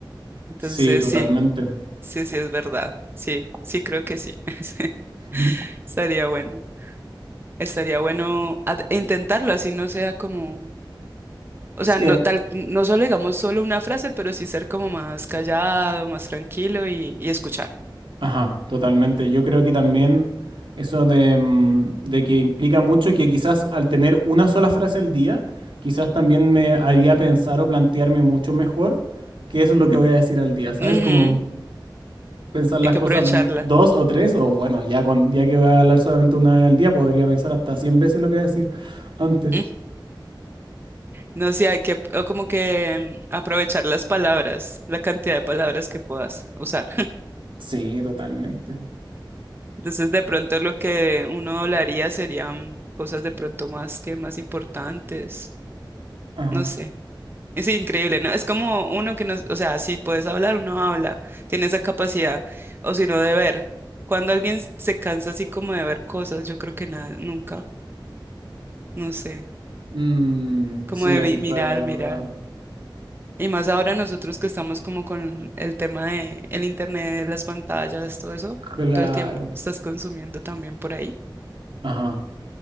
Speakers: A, on the right; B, on the right.
A: Entonces
B: Sí, totalmente.
A: sí, sí, sí es verdad. Sí, sí creo que sí. <laughs> Sí,
B: <laughs>
A: Estaría bueno. Estaría bueno ad- intentarlo, así no sea como, o
B: Sí,
A: sea, no
B: eh,
A: tal, no solo digamos solo una frase, pero sí ser como más callado, más tranquilo y, y escuchar.
B: Ajá, totalmente. Yo creo que también eso de, mm, de que implica mucho que quizás al tener una sola frase al día, quizás también me haría pensar o plantearme mucho mejor qué es lo que voy a decir al día, ¿sabes?
A: Ujú,
B: Como pensar las
A: Hay que
B: cosas
A: aprovecharla.
B: mm, dos o tres, o bueno, ya, con, ya que voy a hablar solamente una vez al día, podría pensar hasta cien veces lo que voy a decir antes.
A: Mm, No sé, hay que o como que mm, aprovechar las palabras, la cantidad de palabras que puedas usar.
B: Sí, totalmente.
A: <laughs> Entonces, de pronto lo que uno hablaría serían cosas de pronto más que más importantes.
B: Ajá.
A: No sé. Es increíble, ¿no? Es como uno que no, o sea, si puedes hablar, uno habla, tiene esa capacidad, o si no, de ver. Cuando alguien se cansa así como de ver cosas, yo creo que nada, nunca, no sé,
B: Mm,
A: como
B: sí,
A: de
B: es
A: vi- mirar,
B: verdad.
A: mirar. Y más ahora nosotros que estamos como con el tema de el internet, las pantallas, todo eso,
B: Claro.
A: todo el tiempo estás consumiendo también por ahí.
B: Ajá.